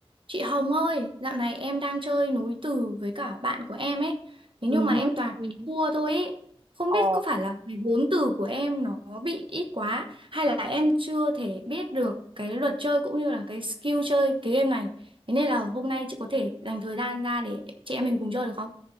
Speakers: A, on the right; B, on the right.
A: Chị Hồng ơi, dạo này em đang chơi nối từ với cả bạn của em ấy. Thế
B: Ừ,
A: nhưng mà
B: hứm.
A: em toàn
B: Ừm
A: bị
B: hứm.
A: thua thôi ấy. Không
B: Ồ,
A: biết có phải là cái vốn từ của em nó bị ít quá hay là em chưa thể biết được cái luật chơi cũng như là cái skill chơi cái game này. Thế nên là hôm nay chị có thể dành thời gian ra để chị em mình cùng chơi được không?